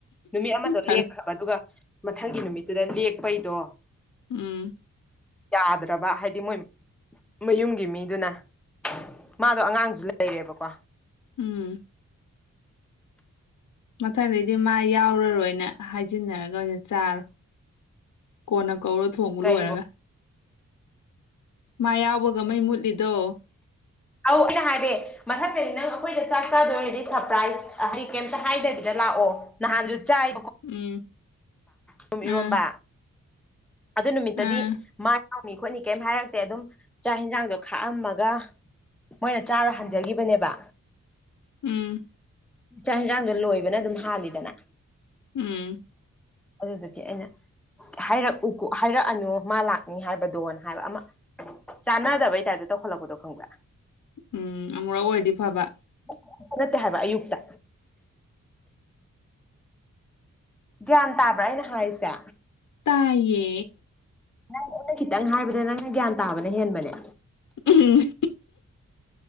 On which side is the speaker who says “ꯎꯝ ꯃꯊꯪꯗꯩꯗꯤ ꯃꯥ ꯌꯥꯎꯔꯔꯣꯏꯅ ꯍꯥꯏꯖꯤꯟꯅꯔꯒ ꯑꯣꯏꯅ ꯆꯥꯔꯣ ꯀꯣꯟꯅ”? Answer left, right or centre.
Left